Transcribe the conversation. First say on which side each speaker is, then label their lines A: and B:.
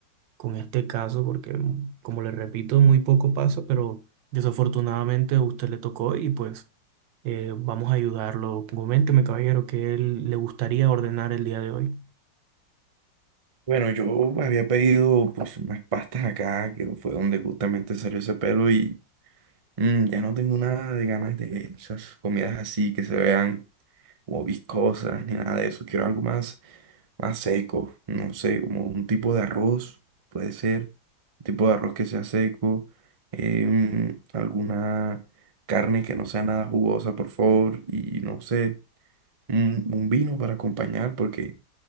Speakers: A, on the right (about 85°); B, on the right (about 35°).
A: con este caso, porque como le repito, muy poco pasa, pero desafortunadamente a usted le tocó y pues eh, vamos a ayudarlo. Coménteme, caballero, qué él- le gustaría ordenar el día de hoy.
B: Bueno, yo había pedido pues unas pastas acá, que fue donde justamente salió ese pelo y mm, ya no tengo nada de ganas de esas comidas así que se vean como viscosas ni nada de eso. Quiero algo más, más seco, no sé, como un tipo de arroz, puede ser, un tipo de arroz que sea seco, em, alguna carne que no sea nada jugosa, por favor, y no sé, un, un vino para acompañar porque...